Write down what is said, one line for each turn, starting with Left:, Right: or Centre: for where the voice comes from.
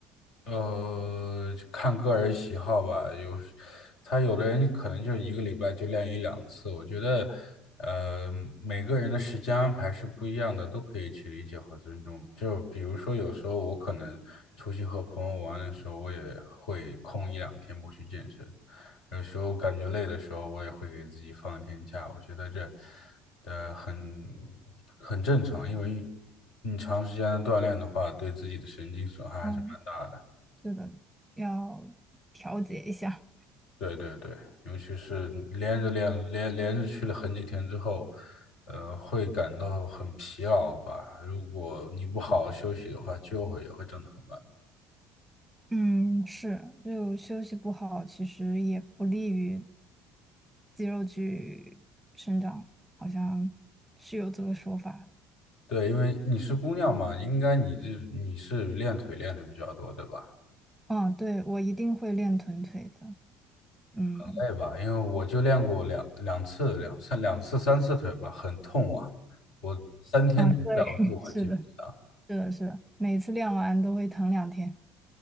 Left: 呃，看个人喜好吧。有时他有的人可能就一个礼拜就练一两次。我觉得，呃，每个人的时间安排是不一样的，都可以去理解和尊重。就比如说，有时候我可能出去和朋友玩的时候，我也会空一两天不去健身。有时候感觉累的时候，我也会给自己放一天假。我觉得这，呃，很很正常，因为你长时间的锻炼的话，对自己的神经损害还是蛮大的。
Centre: 哦是的，要调节一下。
Left: 对对对，尤其是连着练连连着去了很几天之后，呃，会感到很疲劳吧。如果你不好好休息的话，就会也会长得很慢。
Centre: 嗯，是，就休息不好，其实也不利于肌肉去生长，好像是有这个说法。
Left: 对，因为你是姑娘嘛，应该你这你是练腿练的比较多，对吧？
Centre: 嗯，对，我一定会练臀腿的。嗯，
Left: 很累吧，因为我就练过两两次、两三两次、三次腿吧，很痛啊，我三天走不了路啊，
Centre: 啊，对，<laughs> 是的，
Left: 基本上。
Centre: 是的，是的，每次练完都会疼两天。